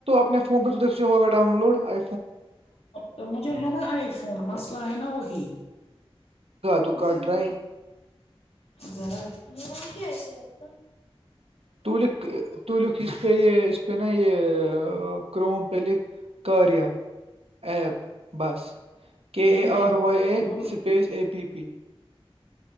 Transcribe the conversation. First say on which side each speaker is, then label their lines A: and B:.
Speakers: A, on the right; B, on the left.
A: نہیں فون پہ تو د سے ہواؤن لوڈ آ
B: تو مجھے ہے نا آئی فون مس الہ ہے نا وہی
A: تو کاٹ رہاائی
B: ذرا ممک آ ہے آ
A: تلیو تلیو اس پ یہ اس پ نا یہ کرروموم پلک کارییا ایپ بس کے
B: یہ
A: اے
B: نہیں
A: آر وائی اے
B: وہ
A: space A P P